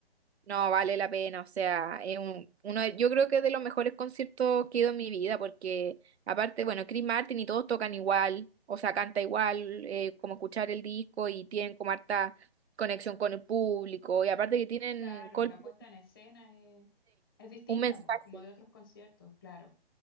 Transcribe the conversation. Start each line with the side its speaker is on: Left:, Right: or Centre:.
Right: No, vale la pena, o sea, es un- uno, de- yo creo que es de los mejores conciertos que he ido en mi vida, porque aparte, bueno, Chris Martin y todos tocan igual, o sea, canta igual, eh, como escuchar el disco y tienen como harta conexión con el público, y aparte que tienen
Left: Claro,
Right: Coldplay,
Left: la puesta en escena es, es distinta,
Right: un mensaje,
Left: pues, como de otros conciertos, claro.